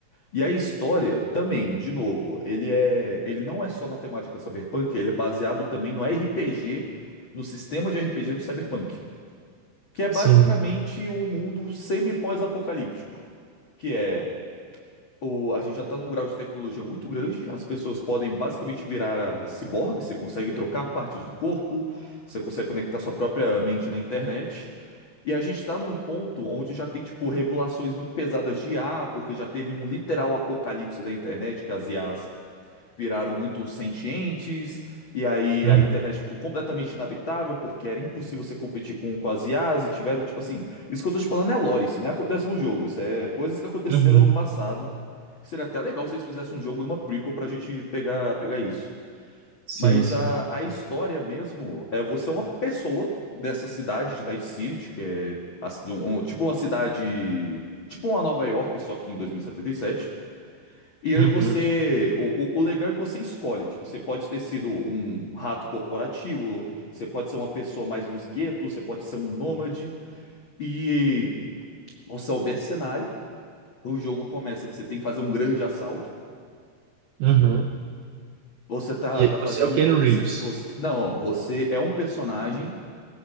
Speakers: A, on the left; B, on the right.
A: E a história também, de novo, ele é, ele não é só na temática cyberpunk, ele é baseado também no RPG, no sistema de RPG do cyberpunk, que é basicamente
B: Sim.
A: um mundo semi-pós-apocalíptico, que é o, a gente já tá num grau de tecnologia muito grande, as pessoas podem basicamente virar a ciborgue, você consegue trocar partes do corpo, você consegue conectar sua própria mente na internet. E a gente tá num ponto onde já tem, tipo, regulações muito pesadas de IA, porque já teve um literal apocalipse da internet, que as IAs viraram muito sentientes, e aí
B: Uhum.
A: a internet ficou completamente inabitável, porque era impossível você competir com, com as IAs, e tiveram, tipo assim, isso que eu tô te falando é lore, isso não acontece no jogo, isso é coisas que <laughs> aconteceram
B: Uhum.
A: no passado. Seria até legal se eles fizessem um jogo numa prequel pra gente pegar, pegar isso.
B: Sim,
A: Mas
B: sim.
A: a, a história mesmo é você é uma pessoa dessa cidade de Night City, que é a ci- um- um- tipo uma cidade. Tipo uma Nova York, só que em 2077. E setenta e sete. E aí
B: Uhum.
A: você. O, o, o legal é que você escolhe. Tipo, você pode ter sido um rato corporativo, você pode ser uma pessoa mais dos guetos, você pode ser um nômade. E você é o mercenário. O jogo começa que você tem que fazer um grande assalto.
B: Uhum.
A: Você tá,
B: E aí
A: tá fazendo
B: você é o
A: um.
B: Keanu
A: Você,
B: Reeves.
A: você, não, você é um personagem.